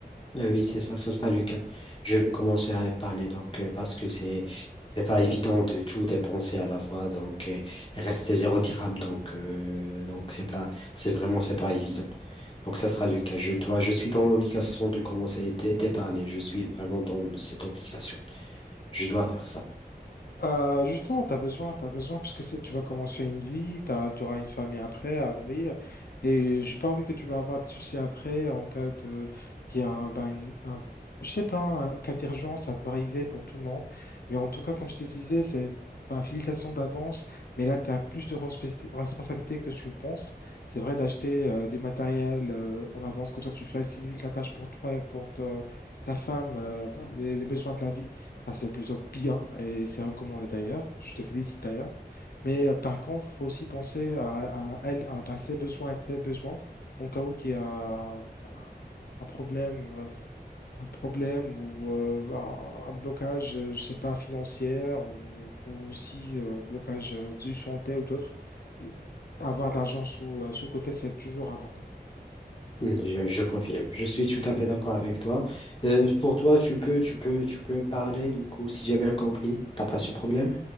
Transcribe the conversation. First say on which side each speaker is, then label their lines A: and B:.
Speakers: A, on the left (about 30°); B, on the left (about 65°).
A: Euh, Oui, c'est ça, ça sera le cas. Je vais commencer à épargner donc euh, parce que c'est c'est pas évident de tout dépenser à la fois donc euh, il reste zéro dirham donc euh, donc c'est pas c'est vraiment c'est pas évident. Donc ça sera le cas. Je dois je suis dans l'obligation de commencer d'é- d'épargner. Je suis vraiment dans cette obligation. Je dois faire ça.
B: Euh, justement, tu as besoin, tu as besoin, parce que ça, tu vas commencer une vie, tu auras une famille après à nourrir, et j'ai pas envie que tu vas avoir des soucis après en cas de, qu'il y a un, ben, une- un- je sais pas, un- en cas d'urgence, ça peut arriver pour tout le monde, mais en tout cas, comme je te disais, c'est ben, félicitations d'avance, mais là, tu as plus de responsabilité responsabilité que tu penses. C'est vrai d'acheter euh, des matériels euh, en avance, comme ça, tu facilites la tâche pour toi et pour te- ta femme, euh, ben, les les besoins de la vie. Ça, c'est plutôt bien et c'est recommandé d'ailleurs. Je te félicite d'ailleurs. Mais euh, par contre, il faut aussi penser à, à elle, à bah, ses besoins et tes besoins en cas où il y a un un problème, euh, un problème ou euh, un un blocage, euh, je sais pas, financier ou, ou aussi euh, blocage euh, du santé ou d'autres. Euh, Avoir de l'argent sous, euh, sous côté, c'est toujours important.
A: Mm, Je, je confirme. Je suis tout à fait d'accord avec toi. Euh, pour toi, tu peux, tu peux, tu peux parler du coup, si j'ai bien compris. T'as pas ce problème?